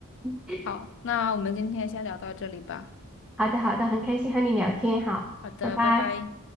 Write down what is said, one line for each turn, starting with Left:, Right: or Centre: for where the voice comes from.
Centre: <laughs>
Left: 好，那我们今天先聊到这里吧。
Centre: 好的，好的，很开心和你聊天。好，
Left: 好的，
Centre: 拜拜。
Left: 拜拜。